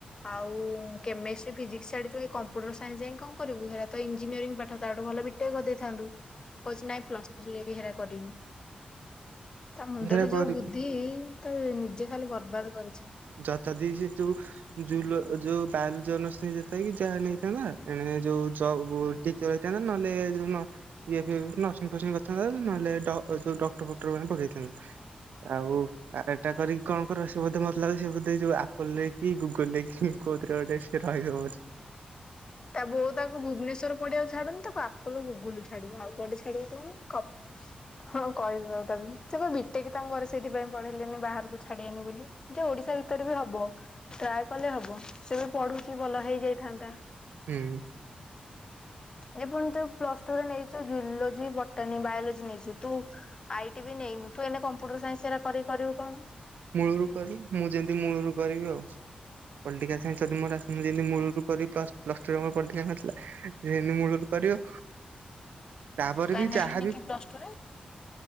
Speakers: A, on the left (about 30°); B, on the right (about 85°).
A: ଆଉ କେମିଷ୍ଟ୍ରି ଫିଜିକ୍ ଛାଥିବେ କମ୍ପ୍ୟୁଟର ସାଇନ୍ସ ଯାଇ କଣ କରିବୁ ହେରା ତ ଇଞ୍ିନିୟରିଂ ପାଠ ତଠୁ ଭଲ ବି ଟେ କରିଦେଇଥାନ୍ତୁ।
B: <unintelligible>
A: କହୁଛି ନାଇଁ ପ୍ଲସ୍ ଥ୍ରୀରେ ବି ହେରା କରିବି। ତା ମୁଣ୍ଡରେ
B: ସେଟା କରି
A: ଯୋଉ ବୁଦ୍ଧି ତ ନିଜେ ଖାଲି ବର୍ବାଦ କରୁଛି।
B: ଯତା ଦେଇ ସେ ଯୋଉ ଜୁଲ ଯୋଉ ବାଲ ଜନ ସ୍ ଯେ କି ଯାହା ନେଇଥାନ୍ତା ଏଣେ ଯୋଉ ଚର୍ ରଥା ନହେଲେ। ଇଏ ନର୍ସିଂ ଫର୍ସିଂ କରିଥାନ୍ ନହେଲେ ଯୋଉ ଡକ୍ଟର ଫକ୍ଟର ମାନେ ପକେଇଥାନ୍ତା। ଆଉ ଏଟା କରିକି କଣ କର ସେ ବୋଧେ ମତଲା ସେ ବୋଧ ଯୋଉ ଆପଲ ରେ କି ଗୁଗୁଲ ରେ କି କହୁଥି ଗୋଟେ ସେ ରହେ
A: ତା ବୋଉ ତାକୁ ଭୁବନେଶ୍ୱର ପଡିଆକୁ ଛାଡୁନ ତାକୁ ଆପଲ ଗୁଗୁଲ ଛାଡିବ ଆଉ କଆେ ଛଡିବ କଣ? ହଁ କହିବୁ ଆଉ ତାକୁ ସେବେ ବିଟେକି ତାଙ୍କ ଘରେ ସେଇଥିପାଇଁ ପଢେଇଲେନି ବାହାରକୁ ଛାଡିିବେନି ବୋଲି। ଯେ ଓଡିଶା ଭିତରେ ବି ହବ ଟ୍ରାଏ କଲେ ହବ ସେ ବି ପଢୁଛି ଭଲ ହେଇଯାଇଥାନ୍ତା।
B: ହୁଁ।
A: ଏ ପୁଣି ତୁ ପ୍ଲସ ଟୁରେ ନେଇଚୁ ଜୁଲୋଜି, ବଟନୀ, ବାୟୋଲୋଜି ନେଇଛୁ। ତୁ ଆଇ ଟି ବି ନେଇନୁ, ତୁ ଏଇନେ କମ୍ପ୍ୟୁଟର ସାଇନ୍ସ ହେଇରା କରିକି କରିବୁ କଣ?
B: ମୂଳୁରୁ କରିବି ମୁଁ ଯେମତି ମୂଳୁରୁ କରିବି ଆଉ। ପଲ୍ଟିକାଲ ସାଇନ୍ସ ଯଦି ମୋର ଆସେ, ମୁଁ ଯେମତି ମୂଳୁରୁ କରିବି ପ୍ଳ-ପ୍ଲସ୍ ଟୁରେ ମୋର ପଲ୍ଟିକାଲ ସାଇନ୍ସ ଥିଲା ଯେନ୍ତି ମୂଳୁରୁ କରିବ, ତାପରେ
A: ତୁ କାଇଁ
B: ବି
A: ନେଲୁନି
B: ଯାହାବି
A: କି ପ୍ଲସ ଟୁ ରେ?